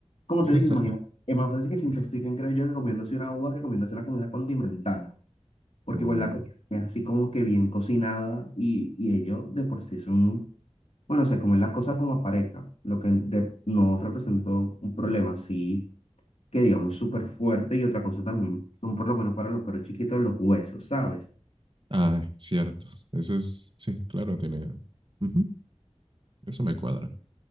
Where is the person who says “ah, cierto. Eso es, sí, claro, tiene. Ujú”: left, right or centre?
Right